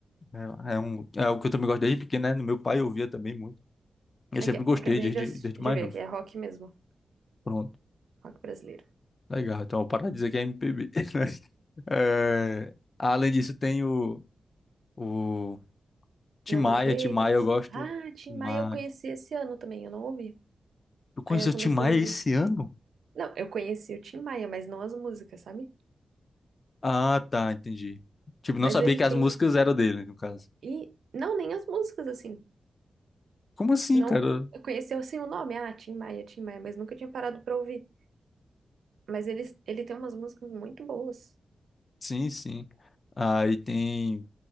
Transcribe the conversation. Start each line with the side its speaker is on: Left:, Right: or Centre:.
Left: É, é, um, é o que eu também gosto desde pequeno, né? No Meu pai eu ouvia também muito. Eu
Right: Aqui,
Left: sempre
Right: ó.
Left: gostei
Right: Acabei
Left: desde,
Right: de, assi-
Left: desde
Right: de
Left: mais
Right: ver
Left: novo.
Right: aqui. É rock mesmo.
Left: Pronto,
Right: Rock brasileiro.
Left: legal. Então, para de dizer que é MPB. <laughs> É, além disso, tem o O Tim
Right: Nando
Left: Maia,
Right: Reis.
Left: Tim Maia, eu gosto.
Right: Ah, Tim
Left: Tim
Right: Maia
Left: Maia.
Right: eu conheci esse ano também. Eu não ouvi.
Left: Tu conheceu
Right: Aí eu
Left: o
Right: comecei
Left: Tim Maia
Right: a ouvir.
Left: esse ano?
Right: Não, eu conheci o Tim Maia, mas não as músicas, sabe?
Left: Ah, tá, entendi. Tipo,
Right: Mas
Left: não sabia
Right: eles
Left: que as
Right: têm.
Left: músicas eram dele, no caso.
Right: E não, nem as músicas, assim.
Left: Como assim,
Right: Não.
Left: cara?
Right: Eu conheci assim o nome. Ah, Tim Maia, Tim Maia, mas nunca tinha parado pra ouvir. Mas eles, ele tem umas músicas muito boas
Left: Sim, sim. Aí tem.